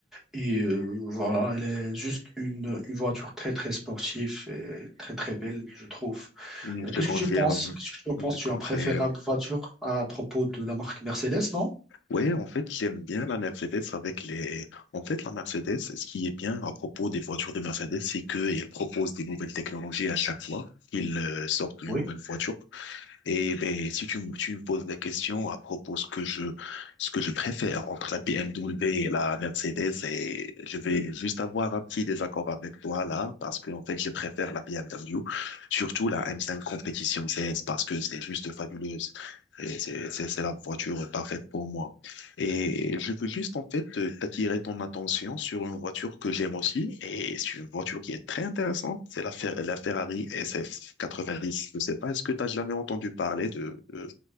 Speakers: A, in the centre; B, on the left.
A: Et euh, voilà, elle est juste une, une voiture très très sportive et très très belle, je trouve.
B: Je
A: Euh,
B: te
A: Qu'est-ce
B: confirme.
A: que tu penses? Qu'est-ce que tu en penses?
B: Je
A: Tu
B: confirme.
A: as une préférable voiture à propos de la marque Mercedes, non?
B: Ouais, en fait, j'aime bien la Mercedes avec les. En fait, la Mercedes, ce qui est bien à propos des voitures de Mercedes, c'est qu'ils proposent des nouvelles technologies à chaque fois. Ils euh, sortent une
A: Oui.
B: nouvelle voiture. Et ben, si tu, me- tu me poses la question à propos de ce que je, ce que je préfère entre la BMW et la Mercedes, et je vais juste avoir un petit désaccord avec toi là, parce que en fait, je préfère la BMW, surtout la M5 Competition C S parce que c'est juste fabuleuse. Et c'est, c'est, c'est la voiture parfaite pour moi. Et je veux juste en fait euh, t'attirer ton attention sur une voiture que j'aime aussi et c'est une voiture qui est très intéressante, c'est la, Fer- la Ferrari SF90. Je sais pas, est-ce que tu as jamais entendu parler de, de